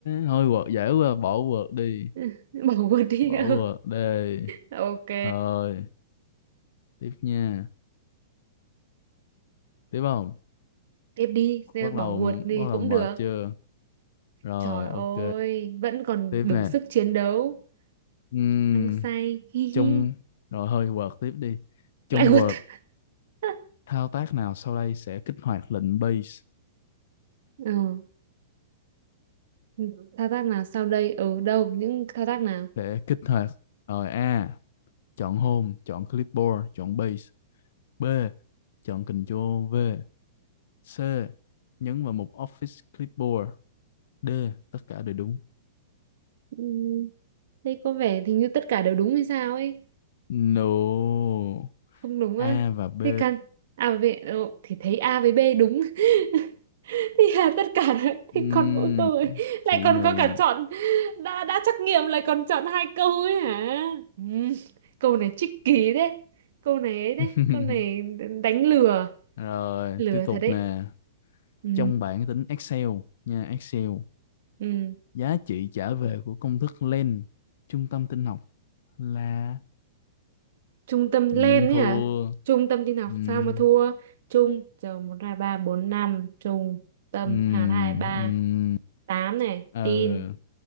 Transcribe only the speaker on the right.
<laughs> bỏ guột đi
<laughs>
Ừ. ok
tiếp đi
bỏ
guột thì
cũng
được
trời ơi
vẫn còn
đủ
sức chiến đấu
hăng say hi
hi
lại guột
<laughs>
ừ. Ừ, thao tác nào sau đây ở đâu những thao tác nào
ừ, đây có vẻ thì như tất cả đều đúng hay sao ấy
không đúng á
thế căn A với B ờ, thì thấy A với B đúng <laughs> thì là tất cả đấy. thì
còn mỗi câu ấy lại
còn
có cả chọn đã đã trắc nghiệm lại còn chọn hai câu ấy hả ừ, câu này tricky kỳ đấy câu này ấy đấy
câu này đánh lừa
lừa
thật đấy
ừ.
Ừ.
trung tâm lên
ấy hả trung tâm tin học
sao mà thua trung giờ một hai ba bốn năm trung tâm
hạt hai ba
tám này
tin